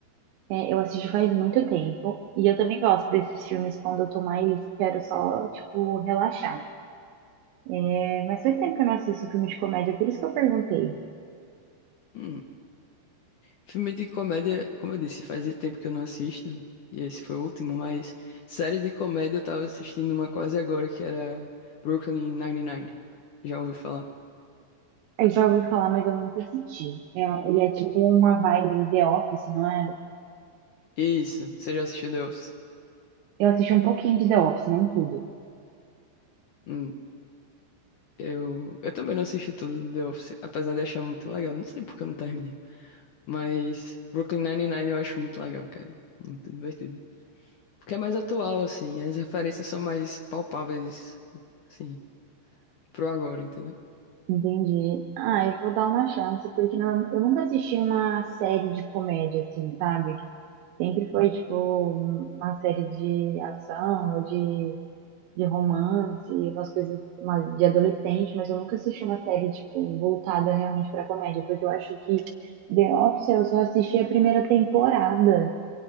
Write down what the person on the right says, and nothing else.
é, eu assisti faz muito tempo. E eu também gosto desses filmes quando eu tô mais. Quero só, tipo, relaxar. É, mas faz tempo que eu não assisto filme de comédia, por isso que eu perguntei.
Eu já ouvi falar, mas eu nunca assisti. É, ele é tipo uma vibe de The Office, não é?
Eu assisti um pouquinho de The Office, não tudo.
Entendi. Ah, eu vou dar uma chance, porque não, eu nunca assisti uma série de comédia, assim, sabe? Sempre foi, tipo, um- uma série de ação ou de, de romance, umas coisas uma, de adolescente, mas eu nunca assisti uma série, tipo, voltada realmente pra comédia, porque eu acho que The Office eu só assisti a primeira temporada.